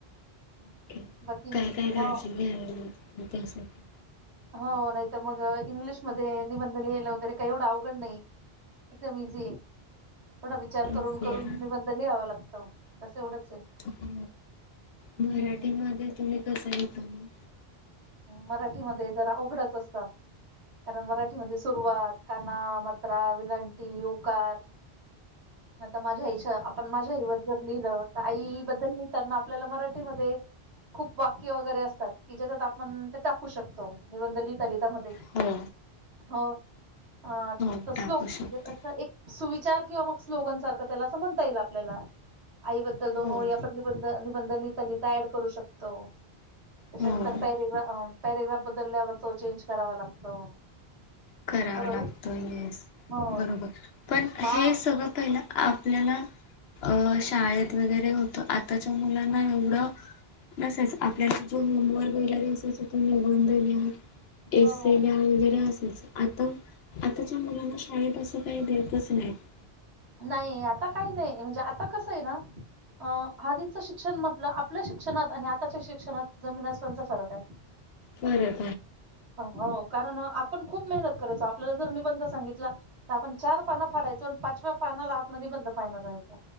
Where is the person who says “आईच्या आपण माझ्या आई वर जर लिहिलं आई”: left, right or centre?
Right